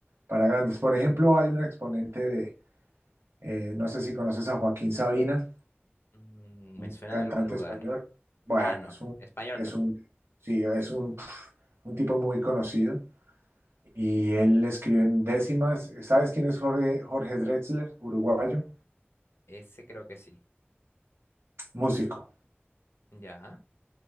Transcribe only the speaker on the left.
Mm,
me suena
de algún lugar.
Ah, no,
español
no.
Ese creo que sí.
Ya,